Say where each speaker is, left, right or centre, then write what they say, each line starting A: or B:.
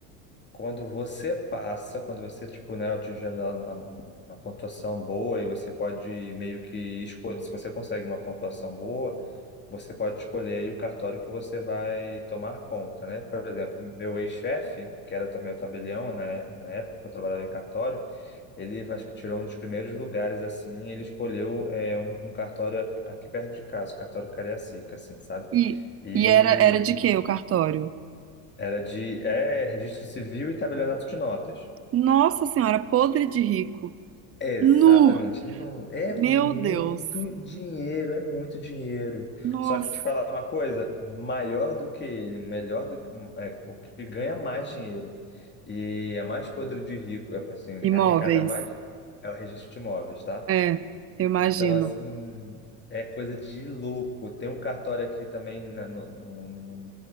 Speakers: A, on the left (about 25°); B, on the right (about 30°).
A: quando você passa, quando você, tipo, né, atinge a, a- a pontuação boa e você pode meio que escolher, se você consegue uma pontuação boa, você pode escolher aí o cartório que você vai tomar conta, né? Por exemplo, meu ex-chefe, que era também o tabelião, né, na época que eu trabalhava em cartório, ele acho que tirou um dos primeiros lugares, assim, ele escolheu é, um, um cartório a- aqui perto de casa, o cartório Cariacica, assim, sabe?
B: E,
A: E
B: e era, era de quê o cartório?
A: era de é, registro civil e tabelionato de notas.
B: Nossa Senhora, podre de rico.
A: Exatamente.
B: Nu!
A: Não, é
B: Meu
A: muito
B: Deus.
A: dinheiro, é muito dinheiro.
B: Nossa.
A: Só que te falar uma coisa, maior do que ele, melhor do que é, o que ganha mais dinheiro e é mais podre de rico, é, assim,
B: Imóveis.
A: arrecada mais é o registro de imóveis, tá?
B: É, eu imagino.
A: Então, assim, é coisa de louco. Tem um cartório aqui também na- no, no, no-